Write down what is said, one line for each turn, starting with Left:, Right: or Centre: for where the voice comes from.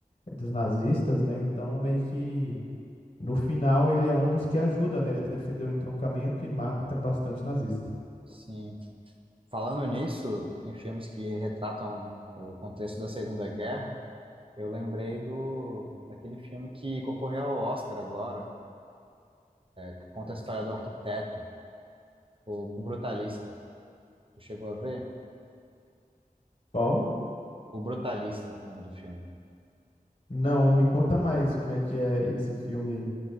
Left: dos nazistas, né? Então, meio que no final ele é um dos que ajuda, né? Defender o entroncamento e mata bastante nazista.
Right: sim. Falando nisso, em filmes que retratam o contexto da Segunda Guerra, eu lembrei do daquele filme que concorreu ao Oscar agora, que conta a história do arquiteto, o, o Brutalista. Tu chegou a ver?
Left: Qual?
Right: O Brutalista, o nome do filme.
Left: Não, me conta mais como é que é esse filme aí.